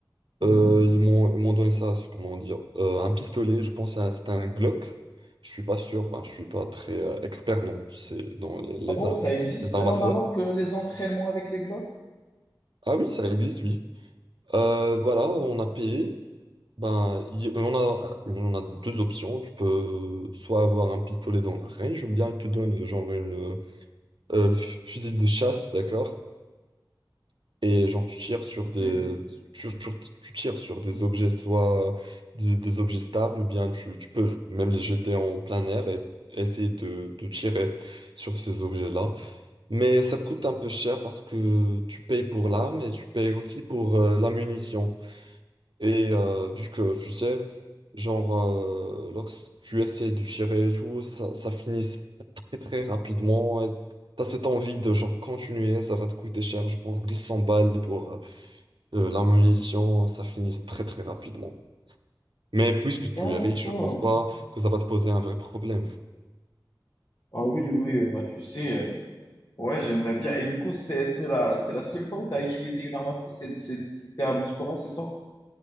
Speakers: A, on the left; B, on the right.
A: Mhm.
B: Euh, ils m'ont ils m'ont donné ça, c'est- comment dire, euh, un pistolet, je pense que c'était un Glock. Je suis pas sûr, ben, je suis pas très euh, expert non, c'est dans les, les
A: Ah bon,
B: armes,
A: ça existe
B: les armes
A: euh, au
B: à feu.
A: Maroc, euh, les entraînements avec les Glock?
B: Ah oui, ça existe, oui. Euh, voilà, on a payé. Ben, il- on a, on a deux options. Tu peux euh, soit avoir un pistolet dans la range, ou bien il te donne euh, genre une euh, euh, fu- fusil de chasse, d'accord? Et genre tu tires sur
A: Ok.
B: des, tu, tu- tu tires sur des objets, soit des, des objets stables, ou bien tu, tu peux même les jeter en plein air et essayer de, de tirer sur ces objets-là. Mais ça coûte un peu cher parce que tu payes pour l'arme et tu payes aussi pour euh, la munition. Et euh, vu que tu sais, genre, euh, lorsque tu essaies de tirer et tout, ça, ça finit très très rapidement. et T'as cette envie de genre continuer, ça va te coûter cher, je pense, 200 balles pour euh, la munition, ça finit très très rapidement. Mais puisque
A: D'accord.
B: tu es riche, je pense pas que ça va te poser un vrai problème.
A: Ah oui, oui, euh, bah tu sais, euh, ouais, j'aimerais bien. Et du coup, c'est c'est la, c'est la seule fois où tu as utilisé une arme à feu, c'est- c'est- c'était à Bouskoura, c'est ça?